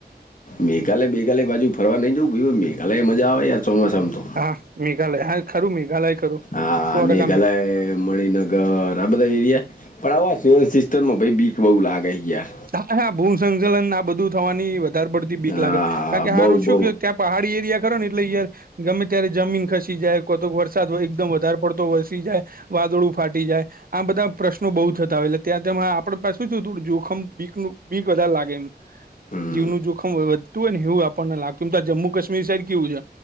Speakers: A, on the left (about 50°); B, on the right (about 60°).
A: મે કાલે બે કાલે બાજુ ફરવા નહી જઉં ભ મે કાલે મજા આવે ર ચોમાસામ તો.
B: હા મેઘાલય હા ખરું મેઘાલય, ખરું
A: હા
B: સો
A: મેઘાલય
B: ટકા
A: મણિનગર આ બધા એરિયા. બવા સયોન સિસ્ટમમાં ભ બીખ બઉુ લાગે હયાર,
B: હા હા ભૂ સંચલન આ બધું થવાની વધારે પડતી બીક
A: હા
B: લાગે કારણ કે હ
A: બહુ
B: શું
A: બહુ
B: ક ત્યાં. પહાડી એરિયા ખરો ને એટલે યાર ગમે ત્યારે જમીન ખ, જાય તો વરસાદ એકદમ વધારે પડતો વરસી જાય. વાદળું ફાટી જાય આ બધા પ્રશ્નો બહુ થતા હોય એટલે ત્યાં તેમ આપણે પાસેું થયું હતુંજોખમ. બીક નું બીક વધારે લાગે એમ,
A: હમ.
B: જીવનું જોખમ વધુંય ને એવું આપણને લાગત્યું એમ તો આ જ્મુ કાશ્મીર સાઈડ કેવું છે.